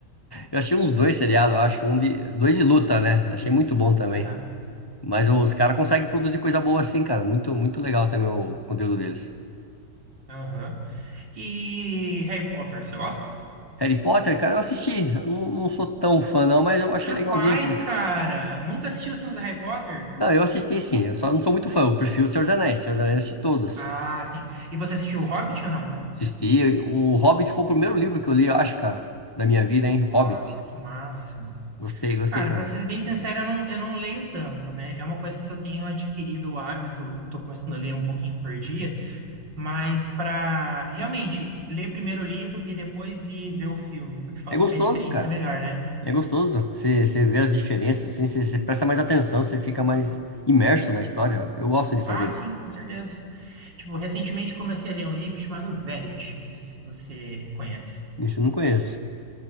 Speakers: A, on the left; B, on the right.
A: Eu achei uns dois seriados, eu acho. Um de. Dois de luta, né? Achei muito bom também.
B: Aham,
A: Mas os caras conseguem produzir coisa boa assim, cara. Muito, muito legal também o conteúdo deles.
B: aham. E Harry Potter, você gosta?
A: Harry Potter, cara, eu assisti. Eu não, não sou tão fã, não, mas eu achei
B: Capaz,
A: legalzinho. porque-
B: cara! Nunca assistiu os filmes do Harry Potter?
A: Não, eu assisti sim. Eu só não sou muito fã. Eu prefiro o Senhor dos Anéis. Senhor dos Anéis eu assisti todos.
B: Ah, sim. E você assistiu o Hobbit ou não?
A: Assisti. O Hobbit foi o primeiro livro que eu li, eu acho, cara, da minha vida, hein? Hobbit.
B: Nossa, que massa.
A: Gostei, gostei
B: Cara,
A: também.
B: pra ser bem sincero, eu não, eu não leio tanto, né? É uma coisa que eu tenho adquirido o hábito, tô começando a ler um pouquinho por dia, mas pra realmente ler primeiro o livro e depois ir ver o filme, porque falam
A: É gostoso,
B: que a experiência
A: cara.
B: é melhor, né?
A: E é gostoso. Você você vê as diferenças, assim, você você presta mais atenção, você fica mais imerso na história. Eu gosto de fazer
B: Ah,
A: isso.
B: sim, com certeza. Tipo, recentemente comecei a ler um livro chamado Verity. Não sei se você conhece.
A: Isso eu não conheço.